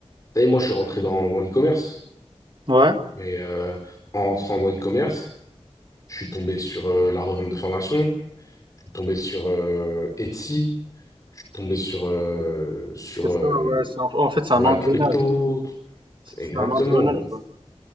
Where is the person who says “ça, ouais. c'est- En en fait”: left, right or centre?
Right